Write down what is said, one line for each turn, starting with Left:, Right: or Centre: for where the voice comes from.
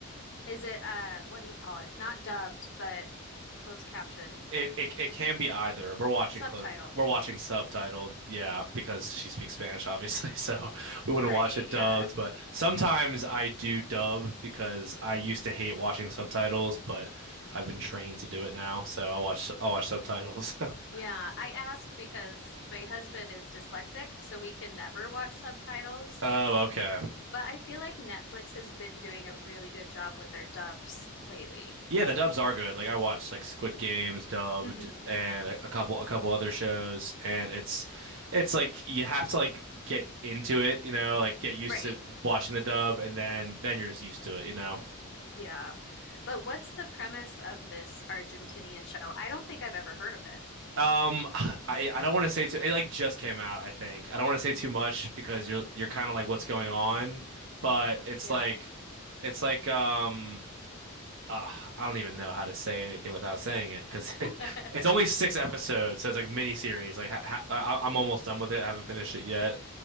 Left: is it, uh, what do you call it? Not dubbed, but closed caption,
Right: It, it it can be either. We're watching
Left: subtitle.
Right: close. We're watching subtitled, yeah, because she speaks Spanish, obviously. <laughs> So we
Left: Right.
Right: wouldn't watch it dubbed.
Left: Yeah.
Right: But sometimes I do dub because I used to hate watching subtitles, but I've been trained to do it now. So I watch I watch subtitles. <laughs>
Left: Yeah, I ask because my husband is dyslexic, so we can never watch subtitles.
Right: Oh, okay.
Left: But I feel like Netflix has been doing a really good job with their dubs lately.
Right: Yeah, the dubs are good. Like I watched like Squid Games dubbed
Left: hmm
Right: and a, a couple a couple other shows and it's it's like you have to like get into it, you know, like get used
Left: Right.
Right: to watching the dub and then then you're just used to it, you know.
Left: Yeah. But what's the premise of this Argentinian show? I don't think I've ever heard of it.
Right: Um I I don't want to say too it like just came out, I think. I don't want to say
Left: hmm
Right: too much because you're you're kind of like what's going on, but it's
Left: Yeah.
Right: like it's like um uh, I don't even know how to say anything without saying it because
Left: <laughs>
Right: <laughs> it's only six episodes, so it's like mini series. Like ha ha I- I'm almost done with it. I haven't finished it yet,